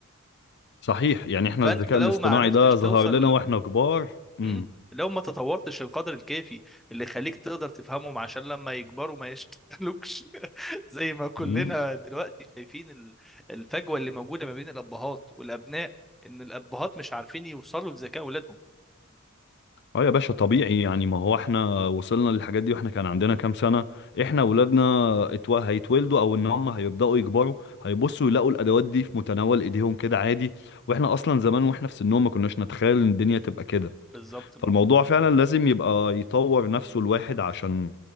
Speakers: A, on the left; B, in the centre.
A: صحيح يعني احنا
B: فانت
A: الذكاء
B: لو
A: الاصطناعي
B: ما عرفتش
A: ده ظهر
B: توصل
A: لنا واحنا كبار امم
B: مم. لو ما تطورتش القدر الكافي اللي يخليك تقدر تفهمهم عشان لما يكبروا ما يشتغلوكش <laughs> زي ما كلنا
A: اه
B: دلوقتي شايفين ال- الفجوة اللي موجودة ما بين الأبهات والأبناء إن الأبهات مش عارفين يوصلوا لذكاء أولادهم
A: اه يا باشا طبيعي يعني ما هو احنا وصلنا للحاجات دي واحنا كان عندنا كام سنة احنا ولادنا اتو... هيتولدوا او ان هم هيبدأوا يكبروا هيبصوا يلاقوا الادوات دي في متناول ايديهم كده عادي واحنا اصلا زمان واحنا في سنهم ما كناش نتخيل ان الدنيا تبقى كده
B: بالظبط
A: فالموضوع
B: ما-
A: فعلا لازم يبقى يطور نفسه الواحد عشان